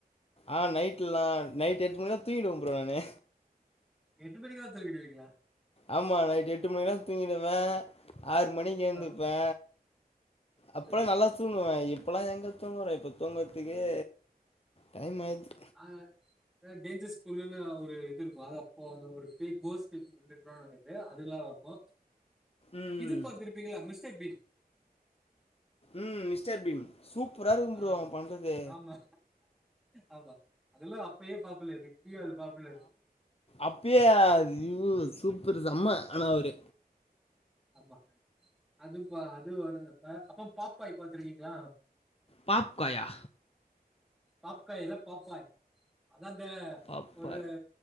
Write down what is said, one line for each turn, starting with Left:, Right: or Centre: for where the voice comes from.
Left: ஆ நைட்டுலா நைட் எட்டு மணி தா தூங்கினுயிருப்பே ப்ரோ நானு
Centre: எட்டு மணிக்கிலா துங்கிடுவிங்ளா
Left: ஆமா நைட்டு எட்டு மணிக்லா தூங்கிடுவே ஆறு மணிக்கு ஏந்துப்பே
Centre: ஆ
Left: அப்பலா
Centre: சரி
Left: நல்லா
Centre: சரி
Left: தூங்குவே இப்பலா எங்க தூங்கறே இப்போ தூங்கர்த்துக்கே டைம் ஆயிது
Centre: அ டேஞ்சர் ஸ்கூல்லுன்னு ஒரு இது இருக்கு அது அப்போ அது ஒரு பேய் கோஸ்ட்டு <unintelligible> அது இல்லாம அப்போ
Left: ம்
Centre: இது பாத்திருப்பீங்களா மிஸ்டர் பீம்
Left: ம் மிஸ்டர் பீம் சூப்பராக இருக்கும் ப்ரோ
Centre: ஆ
Left: அவன் பண்ணுறது
Centre: ஆமா ஆமா அதெல்லா அப்பையே பாப்பலரு இப்பயு அது பாப்புலரு
Left: அப்பியே அது ய்யோ சூப்பரு செம்ம ஆனா அவரு
Centre: ஆமா அதுபா அதுவு வரும்ப்ப அப்பா பாப்பாய் பாத்திருக்கீங்ளா
Left: பாப்காயா
Centre: பாப்காய் இல்ல பாப்பாய் அதா அந்த
Left: பாப்பா
Centre: ஒரு